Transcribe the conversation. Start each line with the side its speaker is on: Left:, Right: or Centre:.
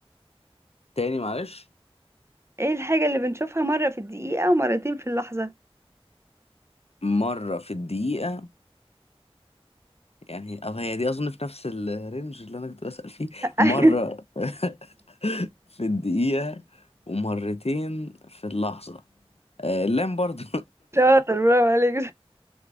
Left: تاني معلش
Right: إيه الحاجة اللي بنشوفها مرة في الدقيقة ومرتين في اللحظة
Left: مرة في الدقيقة يعني اه هي دي اظن في نفس الرينج اللي انا كنت بسأل فيه
Right: <laughs> أيوة،
Left: مرة <laughs> في الدقيقة ومرتين في اللحظة آه اللام برضو
Right: شاطر برافو عليك